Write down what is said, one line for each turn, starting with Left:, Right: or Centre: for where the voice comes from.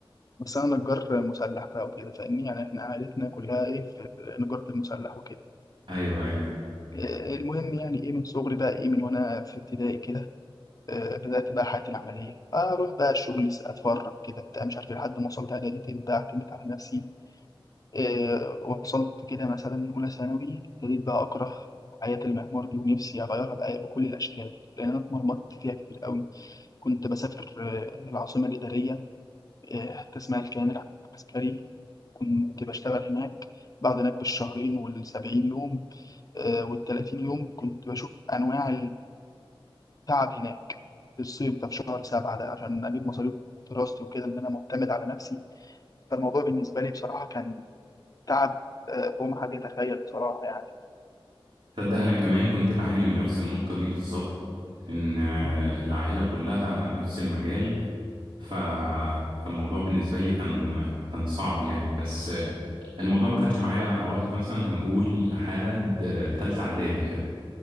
Left: بس انا نجار مسلح بقى وكده فاهمني يعني احنا عائلتنا كلها ايه في نجارة المسلح وكده
Right: ايوه ايوه
Left: آه، المهم يعني ايه من صغري بقى ايه من وانا في ابتدائي كده آه، بدأت بقى حياتي العملية اروح بقى الشغل س- اتفرج كده بتاع مش عارف إيه، لحد ما وصلت اعدادي بقى اعتمد على نفسي آه، وصلت كده مثلا أولى ثانوي ابتديت بقى أكره حياة المعمار دي ونفسي أغيرها بأي بكل الأشكال لأن أنا اتمرمطت فيها كتير قوي كنت بسافر آه، العاصمة الإدارية آه، تسمع الكيان العسكري كنت بشتغل هناك بعد هناك بالشهرين والسبعين يوم آه، والتلاتين يوم كنت بشوف أنواع التعب هناك في الصيف ده في شهر سبعة ده عشان أجيب مصاريف دراستي وكده إن أنا معتمد على نفسي فالموضوع بالنسبة لي بصراحة كان تعب آه، فوق ما حد يتخيل بصراحة يعني
Right: تصدق انا كمان كنت بعاني من نفس النقطه دي بالظبط ان آه،
Left: مم.
Right: العائله كلها نفس المجال ف... فالموضوع بالنسبه لي كان كان صعب يعني بس آه، الموضوع ما خدش معايا وقت مثلا هنقول لحد آه، تالتة اعدادي كده